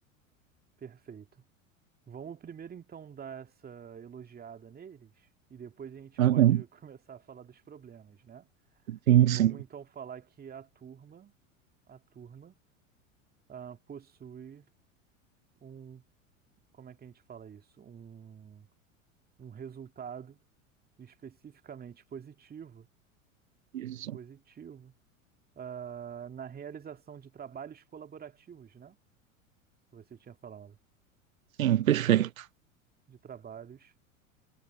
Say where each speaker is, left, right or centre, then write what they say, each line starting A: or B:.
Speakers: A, on the right; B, on the right.
A: perfeito. Vamos primeiro então dar essa elogiada neles e depois a gente
B: Aham,
A: pode <laughs> começar a falar dos problemas, né?
B: Sim,
A: Vamos
B: sim.
A: então falar que a turma, a turma, ah, possui um, como é que a gente fala isso? Um um resultado especificamente positivo,
B: Isso.
A: positivo, ah, na realização de trabalhos colaborativos, né? Que Você tinha falado
B: Sim, perfeito.
A: de trabalhos